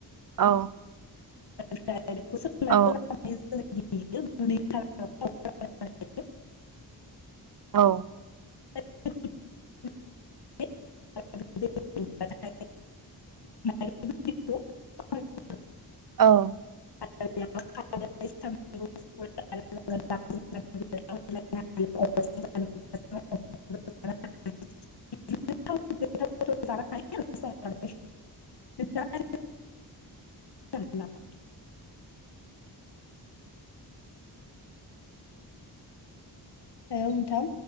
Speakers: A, on the right; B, on the left.
A: औ।
B: <unintelligible>
A: औ
B: <unintelligible>
A: औ।
B: <unintelligible> <unintelligible>
A: औ
B: <unintelligible> <unintelligible> <unintelligible> <unintelligible> <unintelligible> औ नोंथां